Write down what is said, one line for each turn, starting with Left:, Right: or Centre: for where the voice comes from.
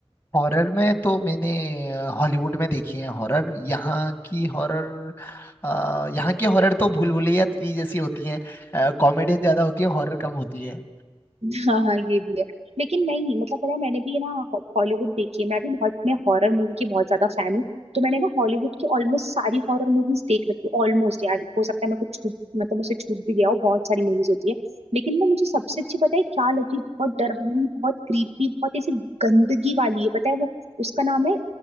Left: हॉरर में तो मैंने अ, हॉलीवुड में देखी है हॉरर यहाँ की हॉरर अ, यहाँ की हॉरर तो भूल भुलैया थ्री जैसी होती है कॉमेडियन ज्यादा होती है हॉरर कम होती है
Right: <laughs> हाँ हाँ ये भी है लेकिन नहीं मतलब पता है मैंने भी ना हॉ- हॉलीवुड देखी है मैं भी बहुत मैं हॉरर मूवी की बहुत ज्यादा फैन हूँ तो मैंने ना हॉलीवुड की ऑलमोस्ट सारी हॉरर मूवीज देख रखी हूँ ऑलमोस्ट यार हो सकता है मैं कुछ छूट मतलब मुझसे छूट भी गया हो बहुत सारी मूवीज होती है लेकिन ना मुझे सबसे अच्छी पता है क्या लगी बहुत डरावनी बहुत क्रीपी बहुत ऐसी गंदगी वाली है पता है वो उसका नाम है